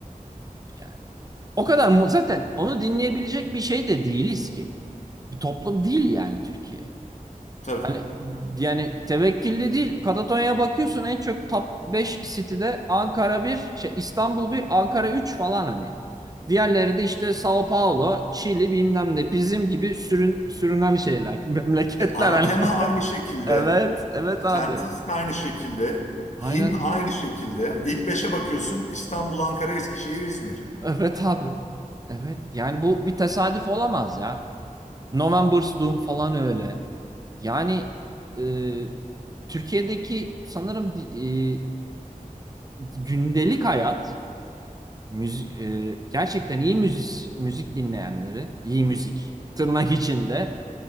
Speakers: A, on the right (about 25°); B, on the left (about 55°).
A: Yani. O kadar mu zaten onu dinleyebilecek bir şey de değiliz ki. Bir toplum değil yani Türkiye.
B: Tabii.
A: Hani yani tevekkilli değil. Katatonya'ya bakıyorsun en çok top 5 City'de Ankara bir, şey İstanbul bir, Ankara 3 falan hani. Diğerleri de işte Sao Paulo, Çili bilmem ne bizim gibi sürün, sürünen şeyler, <laughs> memleketler
B: E, Anathema
A: hani.
B: aynı şekilde.
A: Evet, evet
B: Sentence
A: abi.
B: de aynı şekilde.
A: Aynen.
B: Him aynı şekilde. İlk beşe bakıyorsun İstanbul, Ankara, Eskişehir, İzmir.
A: Evet abi. Evet. Yani bu bir tesadüf olamaz ya. November's Doom falan öyle. Yani e, Türkiye'deki sanırım e, gündelik hayat müzi- e, gerçekten iyi müzik müzik dinleyenleri, iyi müzik tırnak içinde